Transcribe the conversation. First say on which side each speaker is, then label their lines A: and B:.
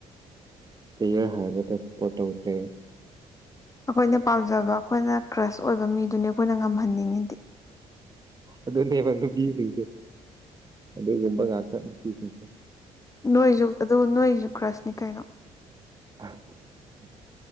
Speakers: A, on the right (about 25°); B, on the left (about 20°).
A: ꯄꯌꯥꯔ ꯍꯥꯏꯕꯗ ꯁꯄꯣ ꯇꯧꯗ꯭ꯔꯦ꯫
B: ꯑꯩꯈꯣꯏꯅ ꯄꯥꯝꯖꯕ ꯑꯩꯈꯣꯏꯅ ꯀ꯭ꯔꯁ ꯑꯣꯏꯕ ꯃꯤꯗꯨꯅꯤ ꯑꯩꯈꯣꯏꯅ ꯉꯝꯍꯟꯅꯤꯡꯉꯤꯗꯤ꯫
A: ꯑꯗꯨꯅꯦꯕ ꯅꯨꯄꯤꯁꯤꯡꯁꯦ ꯑꯗꯨꯒꯨꯝꯕ ꯉꯥꯛꯇ ꯅꯨꯄꯤꯁꯤꯡꯁꯦ꯫
B: ꯅꯣꯏꯁꯨ ꯑꯗꯨ ꯅꯣꯏꯁꯨ ꯈ꯭ꯔꯁꯅꯤ ꯀꯩꯅꯣ
A: <inaudible>